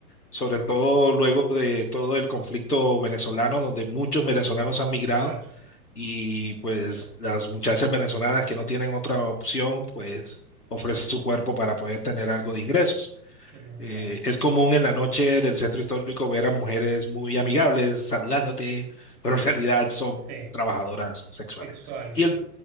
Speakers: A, on the left (about 85°); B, on the right (about 35°).
A: sobre todo luego de todo el conflicto venezolano, donde muchos venezolanos han migrado
B: Claro,
A: y pues las muchachas venezolanas que no tienen otra opción, pues ofrecen su cuerpo para poder tener algo de ingresos.
B: qué lamentable.
A: Eh, es común en la noche del centro histórico ver a mujeres muy amigables saludándote, pero en realidad son
B: Sí,
A: trabajadoras sexuales.
B: sexuales,
A: Y el-